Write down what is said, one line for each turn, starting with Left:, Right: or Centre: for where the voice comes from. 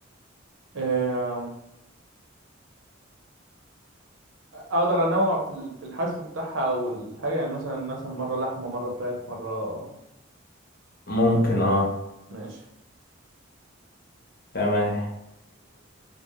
Right: آه، اقدر انوع في ال- في الحشو بتاعها او الحاجة يعني مثلا مثلا مرة لحمة مرة فراخ مرة
Left: ممكن
Right: لا.
Left: اه
Right: ماشي
Left: تمام